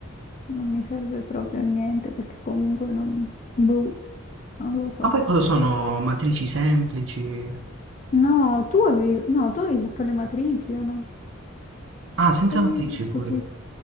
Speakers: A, on the left; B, on the right.
A: non mi serve proprio a niente perché comunque non, boh, non lo so.
B: Ma poi cosa sono matrici semplici?
A: No, tu avevi, no, tu avevi fatto le matrici o no?
B: Ah, senza
A: Che avevi
B: matrici
A: detto
B: pure.
A: tu?